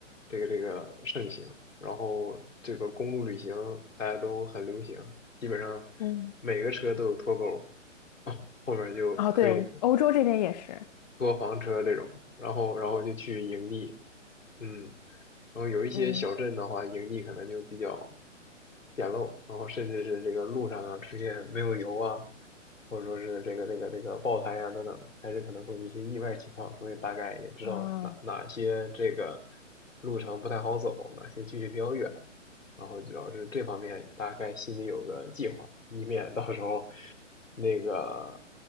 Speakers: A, on the left; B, on the left.
A: 这个这个盛行，然后这个公路旅行大家都很流行，基本上
B: 嗯。
A: 每个车都有拖钩，<laughs> 啊，后面就可以
B: 哦，对，欧洲这边也是。
A: 坐房车这种，然后然后就去营地，嗯，然后有一些小镇的话，
B: 嗯
A: 营地可能就比较简陋，然后甚至是这个路上啊出现没有油啊，或者说是这个这个这个爆胎啊等等，还是可能会有一些意外情况，所以大概也知道哪哪些这个
B: 啊，
A: 路程不太好走，哪些距离比较远，然后主要是这方面大概心里有个计划，以免到时候那个